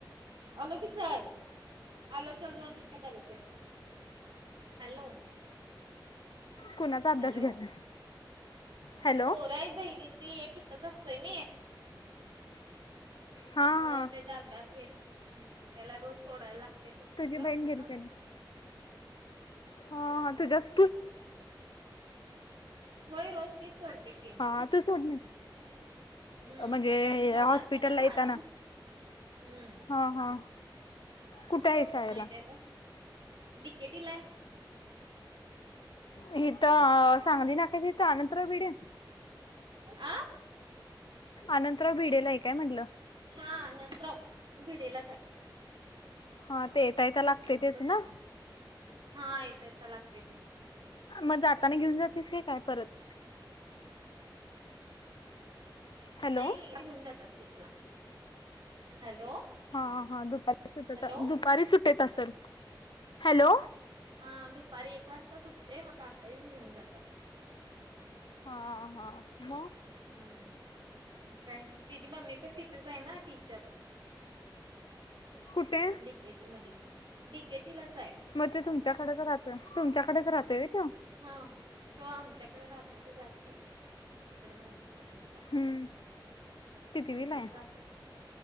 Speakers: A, on the right; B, on the left.
A: आलो की चल, आलो चल दोन मिनिटात आलो चल. हॅलो.
B: कुणाचा अभ्यास
A: हॅलो.
B: घ्यायलास हॅलो
A: पोरं आहेत बहिणीची. एक इथेच असतंय नई.
B: हा
A: मग
B: हा
A: त्याचा अभ्यास घेत त्याला रोज सोडायला लागतय सकाळचं.
B: तुझी बहीण गेली का नाही हा हा तूझ जास्
A: व्हय रोज मीच सोडते. ते की
B: हा तू सोडून ये-
A: हम्म
B: म्हणजे
A: सकाळच्या नऊला
B: हॉस्पिटलला
A: असते ना शाळा.
B: येताना
A: हम्म.
B: हा. हा.
A: <unintelligible>
B: कुठे आहे शाळेला
A: डि के टी ला आहे.
B: हित सांगली नाक्याच्या हितं अनंतराव भिडे.
A: आं.
B: आनंतराव भिडेला आहे काय म्हणलं?
A: हा अनंतराव भिडेलाच हाय.
B: हा ते येता येता लागते
A: कुठला
B: तेच
A: बसत
B: ना.
A: नाही. हा येता येता लागतंय ते.
B: मग जाताना घेऊन जातीस का काय परत? हॅलो
A: आई नाही घेऊन जातात की त्याला हॅलो.
B: हा हा दुपारी सुटत,
A: हॅलो
B: दुपारी सुटेत असेल हॅलो.
A: हा दुपारी एक वाजता सुटतेय मग काका येऊन घेऊन जातात.
B: हा हा मग.
A: हम्म, काय नाही. त्याची मम्मी पण तिथेच आहे ना टीचर.
B: कुठे
A: डी के टी मध्ये डी के टी लाच हाय.
B: मग ते तुमच्याकडेच राहतोय, तुमच्याकडेच राहते व्हय तेव.
A: हा तो आमच्याकडे राहतोय तो जात नाही. तिकडं मम्मी कड त्यांच्या.
B: हम्म कितवीला
A: इथंच
B: आहे
A: तेच राहत